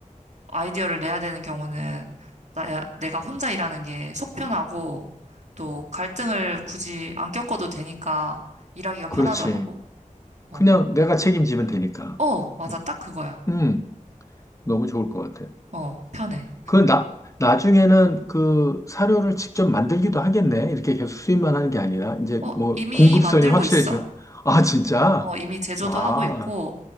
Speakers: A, on the right (about 60°); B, on the left (about 25°).
A: 아이디어를 내야 되는 경우는 나, 내가 혼자 일하는 게 속 편하고 또 갈등을 굳이 안 겪어도 되니까 일하기가
B: 그렇지.
A: 편하더라고. 어,
B: 그냥 내가 책임지면 되니까.
A: 어, 맞아.
B: 음,
A: 딱 그거야.
B: 음. 너무 좋을 것 같아요.
A: 어, 편해.
B: 그 나, 나중에는 그 사료를 직접 만들기도 하겠네. 이렇게 계속 수입만 하는 게 아니라, 이제
A: 어,
B: 뭐
A: 이미
B: 공급선이
A: 만들고
B: 확실해지면,
A: 있어.
B: 아, 진짜?
A: 어, 이미 제조도
B: 와,
A: 하고 있고,